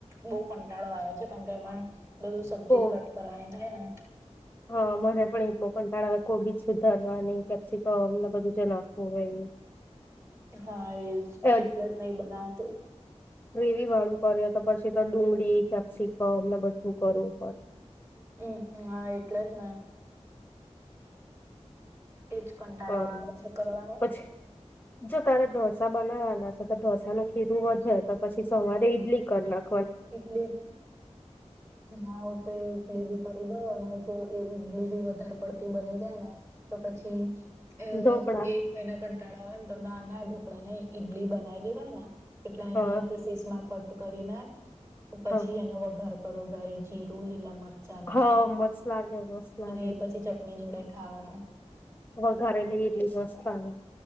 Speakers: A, on the right (about 25°); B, on the left (about 15°).
A: બહુ કંટાળો આવે છે કેમ કે એમાં બધું સબ્જી
B: કો
A: કટ કરવાની થાય
B: હા મને પણ એક બો પણ કોબીજ સુધારવાની કેપ્સિકમને બધું જ નાખવું હોય
A: હા એજ
B: એ
A: એટલે જ નહી બનાવતું
B: રવી વાળું કરે તો પછી તો ડુંગળી કેપ્સિકમ એમને બધું કરું
A: હમ હા એટલે જ ને એજ કંટાળો
B: અરે
A: આવે છે કરવાનો
B: પછી જો તારે ઢોસા બનાવવાના છે તો ઢોસા ફીરું વધે તો પછી સવારે ઈડલી કરના
A: ટલી હા તો ઇડલી બી દો ને જો એ ઈડલી બી વધારે પડતી બની જાય ને તો પછી અ
B: ઢોકળા
A: એક મહયના કંટાળા હોય ને તો ના ઢોકળા ને ઈડલી બનાવી લે હોય કેટલા
B: હા
A: એને પીસીસ માં કટ કરીને પછી
B: હા
A: એનો ઘર કરોાય જીરો લીલા માર નાખી
B: હા મસ્ત લાગે મસ્ત લાગે
A: અને એ પછી ચટણી જોડે ખાવાનું
B: હ ઘરેની એટલી વસ્થ આવે